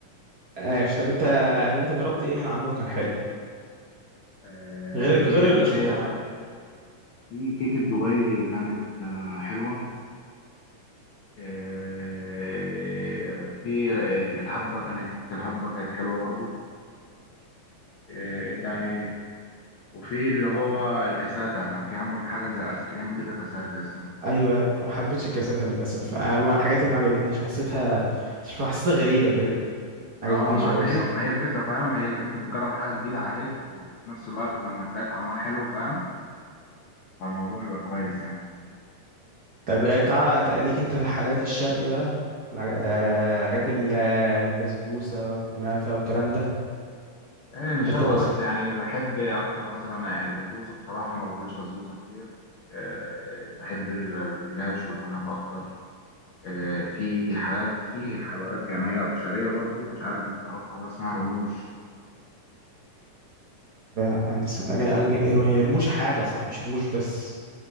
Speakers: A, on the right; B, on the left.
A: ايش طب أنت طب أنت جربت إيه من عندهم كان حلو
B: آه
A: غير
B: في
A: غير
B: اللي
A: الأشطوطة
B: هي في كيكة دبي كانت آه حلوة آه في آه، الهبة كانت كيكة الهبة كانت حلوة برضو آه تاني وفي اللي هو الكاساتا كان في عندهم حاجة زي آيس كريم كده كاساتا اسمه
A: أيوه ما حبيتش الكاساتة للأسف أنا من الحاجات اللي ما عجبتنيش حسيتها حسيتها غريبة كده ما
B: اه
A: عجبتنيش
B: مع...
A: أوي
B: هي
A: الصراحة
B: ما هي الفكره فاهم هي ال- انت بتجرب حاجه جديده عليك وفي نفس الوقت لما تلاقي طعمها حلو فاهم فالموضوع بيبقى كويس يعني
A: طب آه، تع- تقليك أنت في حلاوة الشرق بقى الع- آه، حاجات البسبوسة والكنافة والكلام ده
B: ايه مش
A: أنت
B: قوي
A: الأصل
B: بس يعني بحب اكتر مثلا البسبوسه بصراحه ما باكلش بسبوسه كتير إيه بحب ال- الجلاش والكنافه اكتر إيه في حاجات في حلويات يعني هي ابو شعريه برضو مش عارف انت تعرفها ولا لأ، اسمها رموش
A: لا، يرموش حاجة صح مش يرموش بس